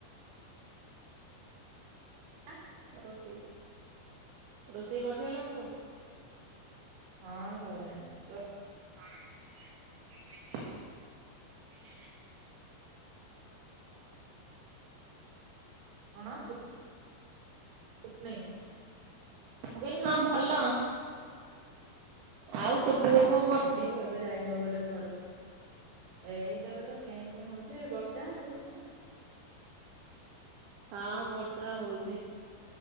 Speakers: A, on the right; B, on the right.
A: ଏ ଆଁ
B: ରୋଷେଇ ରୋଷେଇ କରିସାରିଲୁଣି ତୁ?
A: ହଁ ସରିଲାଣି ତ
B: ହଁ ଆସିଗଲା ଠିକ୍ ହେଇକି ଅଛି ପିଲନା?
A: କଣ ସୁ ବୁନି।
B: ମୁଁ କହିଲି ହଁ ଭଲ। ଆଉ ତୋ ପୁଅ କଣ
A: ଆଉ
B: କରୁଚି?
A: ଏବେ ଯାଇନ ବୋଧେ ଘରକୁ ଏଇଟେ ବୋଲେ କେଁ କେଁ ହୋଉଚି ବର୍ଷା ହୋଉଚି ନା?
B: ହଁ ବର୍ଷା ହୋଉଛି